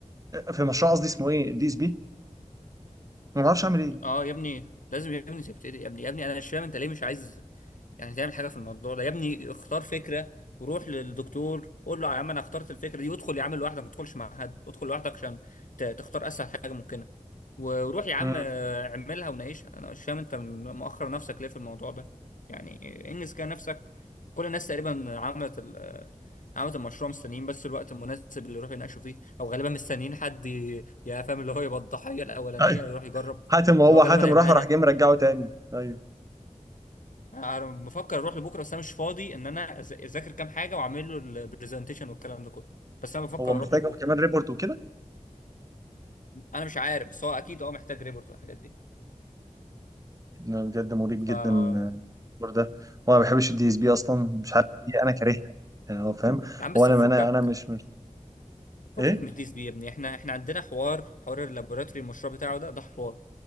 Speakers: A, on the right; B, on the left.
A: في مشروع قصدي اسمه ايه الدي اس بي ما بعرفش اعمل ايه
B: أه يا ابني لازم يا ابني تبتدي يا ابني يا ابني أنا مش فاهم أنت ليه مش عايز يعني تعمل حاجة في الموضوع ده يا ابني اختار فكرة وروح للدكتور قول له يا عم انا اخترت الفكرة دي وادخل يا عم لوحدك ما تدخلش مع حد ادخل لوحدك عشان ت- تختار اسهل حاجة ممكنة وروح يا عم
A: مم.
B: آه، اعملها وناقشها انا مش فاهم انت م- مؤخر نفسك ليه في الموضوع ده يعني انجز كده نفسك كل الناس تقريبا عملت ال آه، عملت المشروع مستنيين بس الوقت المناسب اللي يروح يناقشوا فيه او غالبا مستنيين حد ي- يا فاهم اللي هو يبقى الضحية الاولانية
A: ايوه
B: يروح يجرب
A: حاتم هو
B: اللي هو غالبا
A: حاتم
B: هيبقى
A: راح وراح
B: انا
A: جاي مرجعه تاني ايوه
B: انا بفكر اروح لبكره بس انا مش فاضي ان انا أز- اذاكر كام حاجه واعمل له البرزنتيشن والكلام ده كله بس انا بفكر
A: هو محتاج
B: اروح لبكره
A: هو كمان ريبورت وكده
B: انا مش عارف بس هو اكيد اه محتاج ريبورت والحاجات دي
A: لا، بجد مريب
B: ف
A: جدا
B: يا
A: الريبورت ده وانا ما بحبش الدي اس بي اصلا مش عارف ليه انا كارهها يعني هو فاهم
B: عم بس
A: هو انا
B: فكك
A: انا انا مش مش-
B: فكك
A: ايه
B: من الديس دي يا ابني احنا احنا عندنا حوار حوار اللابوراتوري المشروع بتاعه ده ده حوار